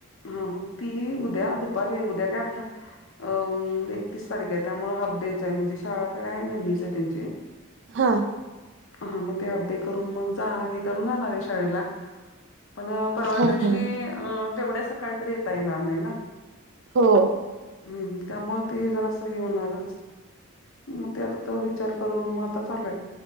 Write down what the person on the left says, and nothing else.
हा म, ती उद्या दुपारी आहे, उद्या काय आपलं अ एकतीस तारीख आहे त्यामुळं हाफ डेच आहे म्हणजे शाळा काय नेहमीच आहे त्यांची.
हा मग ते हाफ डे करून मग जा, हे करून जाणार आहे शाळेला. पण अ परवा
दिवशी अ तेवढ्या सकाळी तर येता येणार नाही ना
हम्म, त्यामुळे ते जरा असं हे होणारच. मग त्याचा तो विचार करून मग आता चालूय